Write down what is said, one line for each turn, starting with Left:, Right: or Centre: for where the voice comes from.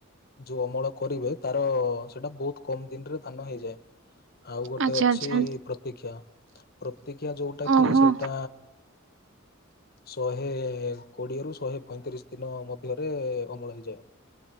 Left: ଯୋଉ ଅମଳ କରିବେ ତାର ସେଇଟା ବୋହୁତ କମ ଦିନରେ ଧାନ ହେଇଯାଏ। ଆଉ ଗୋଟେ
Right: ଆଚ୍ଛା
Left: ଅଛି
Right: ଆଚ୍ଛା।
Left: ପ୍ରତୀକ୍ଷା ପ୍ରତୀକ୍ କ୍ଷା ଯୋଉଟା କି
Right: ଓହୋ
Left: ସେଇଟା ଶହେ କୋଡିଏରୁୁ ଶହେ ପଇଁତିରିଶ ଦିନ ମଧ୍ୟରେ ଅମଳ ହେଇଯାଏ।